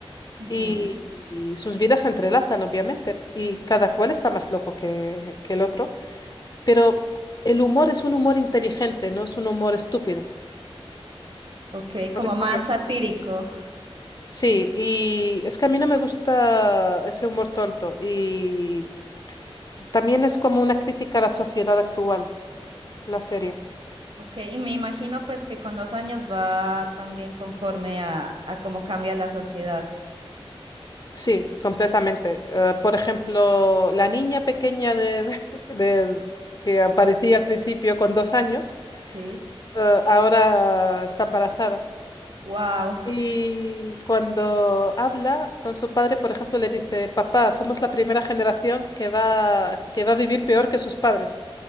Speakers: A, on the right; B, on the left.
A: Ujú,
B: y, y sus vidas se entrelazan, obviamente, y cada cual está más loco que, que el otro. Pero el humor es un humor inteligente, no es un humor estúpido.
A: Ok,
B: Por
A: como
B: eso
A: más
B: me...
A: satírico.
B: Sí, y es que a mí no me gusta ese humor tonto. Y también es como una crítica a la sociedad actual, la serie.
A: Ok, y me imagino pues que con los años va también conforme a, a cómo cambia la sociedad.
B: Sí, completamente. Eh, por ejemplo, la niña pequeña de, <laughs> de- que aparecía al principio con dos años,
A: Sí,
B: eh, ahora está embarazada.
A: wow.
B: Y cuando habla con su padre, por ejemplo, le dice, papá, somos la primera generación que va, que va a vivir peor que sus padres.